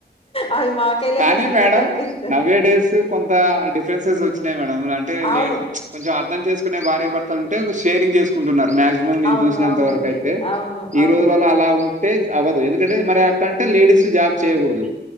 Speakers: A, on the left; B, on the right.
A: అవి మాకైలే
B: కానీ
A: చూస్తున్నట్టు
B: మేడం
A: అనిపిస్తా
B: నౌ ఏ డేస్ కొంత డిఫరెన్సెస్ వచ్చి మేడం అంటే
A: అవును
B: లే కొంచెం అర్థం చేసుకునే భార్యభర్తలు ఉంటే షేరింగ్ చేసుకుంటున్నారు మాక్సిమం నేను
A: అవును
B: చూసినంత
A: అవునండి
B: వరకు అయితే
A: అవును
B: ఈ
A: అవును
B: రోజులలో అలా పేజ్ అవదు ఎందుకంటే మరి అట్లాంటే లేడీస్ జాబ్ చేయకూడదు